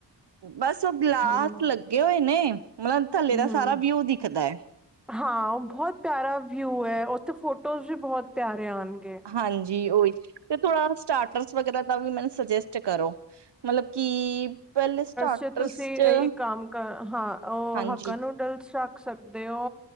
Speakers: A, on the right; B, in the centre.
A: ਬਸ ਉਹ ਗਲਾਸ
B: ਹਮ
A: ਲੱਗੇ ਹੋਏ। ਨੇ ਮਤਲਬ ਥੱਲੇ
B: ਹਮ
A: ਦਾ ਸਾਰਾ ਵਿਊ ਦਿਖਦੈ।
B: ਹਾਂ ਬਹੁਤ ਪਿਆਰਾ ਵਿਊ ਐ, ਉੱਥੇ ਫੋਟੋਜ਼ ਵੀ ਬਹੁਤ ਪਿਆਰੇ ਆਣਗੇ।
A: ਹਾਂਜੀ ਉਹੀ ਤੇ ਥੋੜਾ ਸਟਾਰਟਰਸ ਵਗੈਰਾ ਦਾ ਵੀ ਮੈਨੂੰ ਸੁਜੈੱਜਟ ਕਰੋ। ਮਤਲਬ ਕਿ ਪਹਿਲੇ ਸਟਾਰਟਰਸ
B: ਚ ਤੁਸੀਂ
A: ਚ
B: ਅ, ਇੱਕ ਕੰਮ ਕਰ ਹਾਂ। ਉਹ
A: ਹਾਂਜੀ
B: ਹਾਕਾ ਨੂਡਲਸ ਰੱਖ ਸਕਦੇ ਹੋ।